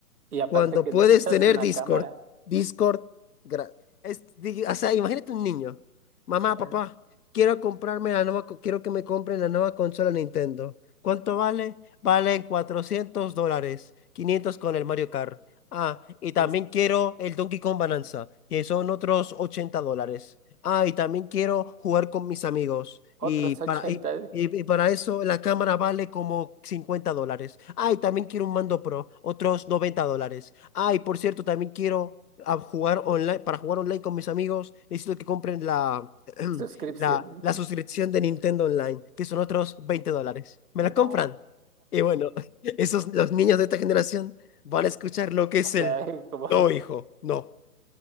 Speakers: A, on the right; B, on the left.
A: Y aparte
B: Cuando
A: que
B: puedes
A: necesitas
B: tener
A: una
B: Discord,
A: cámara.
B: Discord, gra- es- di- o sea, imagínate un niño, mamá,
A: Claro.
B: papá, quiero comprarme la nueva, co- quiero que me compren la nueva consola Nintendo. ¿Cuánto vale? Valen 400 dólares, 500 con el Mario Kart. Ah, y también
A: Y
B: quiero el Donkey Kong Bonanza, que son otros 80 dólares. Ah, y también quiero jugar con mis amigos.
A: otros
B: Y para,
A: ochenta
B: y, y para eso la cámara vale como 50 dólares. Ay, también quiero un mando pro, otros 90 dólares. Ay, por cierto, también quiero ah, jugar online, para jugar online con mis amigos, necesito que compren la,
A: suscripción.
B: <clears throat> la, la suscripción de Nintendo Online, que son otros 20 dólares. ¿Me
A: No.
B: la compran? Y bueno, <laughs> esos, los niños de esta generación van a escuchar lo que
A: O
B: es
A: sea,
B: el
A: <laughs> como
B: no, hijo, no,